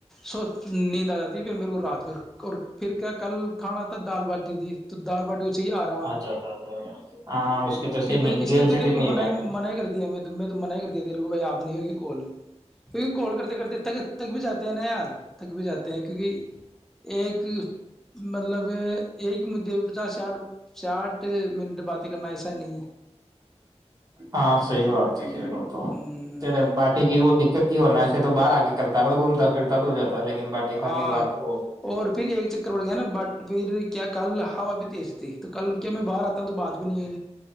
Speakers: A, in the centre; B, on the right (about 30°).
A: سو نیند آ جاتی ہے پھر میرے کو رات میں اور پھر کیا کل کھانا تھا دال باٹیتی تھی تو دال باٹی کو چاہیے آرام
B: اچھا اچھا اچا ہاں اس کے تو
A: پھر
B: صحی نہیں
A: میں اس
B: گیل
A: لیے تو
B: چٹی
A: تیرے کو
B: نہیںتی
A: منع منع کر دیا میں میں تو من ہی کر دیا تیرے کوو بھائی آ نہیں ہوگی کوال کیونکہ کال کرتے کرتے تک تک بھی جاتے ہیں نا یار تک بھی جاتا ہیں کیونکہ ایک مطلب ایک سٹ ساٹھ منٹ بات ل کنا ایسا ہی نہیں ہے
B: ہاں صحی بات ہے تو
A: ہ
B: بٹے کی دقت کی ن تو باہر آ کے کرتا نا تو گھومتا پھرتا تو جاتا ہے لیکن باٹی کھانے
A: آ
B: کے بعد وہ
A: اور پھر ایک چکر پڑ گیا نا بٹ پھر کیا کل ہوا بھی تیز تھی تو کل کیا میں باہر آتا ہوں تو بات بھی نہیں